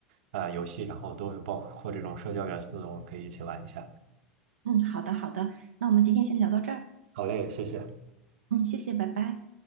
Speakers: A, on the right; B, on the right.
A: 啊、呃游戏，然后都有包括这种社交元素的，我们可以一起玩一下。
B: 嗯，好的，好的，那我们今天先聊到这儿，
A: 好嘞，谢谢。
B: 嗯，谢谢，拜拜。